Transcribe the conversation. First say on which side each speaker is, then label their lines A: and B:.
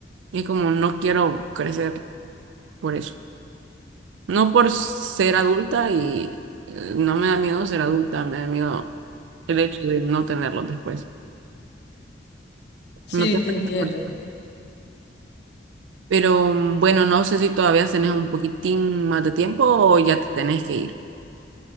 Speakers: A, on the right; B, on the left.
A: Y es como no quiero crecer por eso. No por ser adulta y eh, no me da miedo ser adulta, me da miedo el hecho de no tenerlos después.
B: Sí,
A: No tener
B: te entiendo.
A: esa persona. Pero mm, bueno, no sé si todavía tenés un poquitín más de tiempo o ya te tenés que ir.